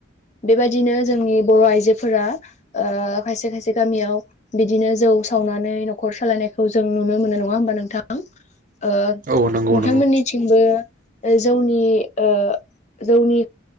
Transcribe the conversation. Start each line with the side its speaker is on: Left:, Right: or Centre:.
Left: बेबायदिनो जोंनि बर' आइजोफोरा ओ खायसे खायसे गामियाव बिदिनो जौ सावनानै न'खर सालायनायखौ जों नुनो मोनो नङा होमबा नोंथां ओ?
Right: औ नंगौ
Left: बिथांमोननि
Right: नंगौ
Left: थिंबो जौनि ओ जौनि